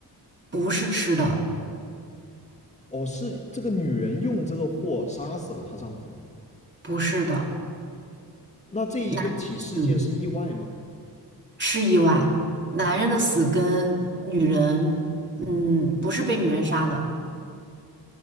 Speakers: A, on the right; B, on the left.
A: 不是吃的。
B: 哦，是这个女人用这个祸杀死了她丈夫吗？
A: 不是的，
B: 那这一个起事件是意外吗？
A: 男子是意外，男人的死跟女人，嗯，不是被女人杀的，